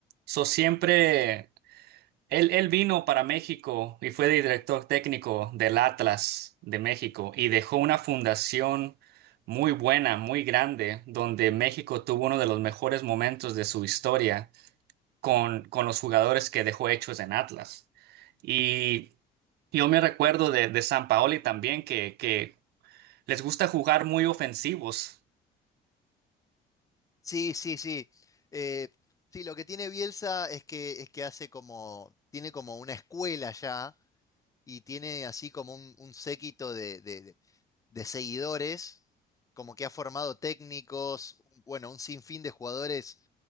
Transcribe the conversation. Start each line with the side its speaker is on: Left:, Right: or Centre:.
Right: So siempre. Él, él vino para México y fue director técnico del Atlas de México y dejó una fundación muy buena, muy grande, donde México tuvo uno de los mejores momentos de su historia con, con los jugadores que dejó hechos en Atlas. Y yo me recuerdo de, de Sampaoli también, que, que les gusta jugar muy ofensivos.
Left: Sí, sí, sí. Eh, sí, lo que tiene Bielsa es que, es que hace como, tiene como una escuela ya y tiene así como un, un séquito de, de- de- de seguidores, como que ha formado técnicos, bueno, un sinfín de jugadores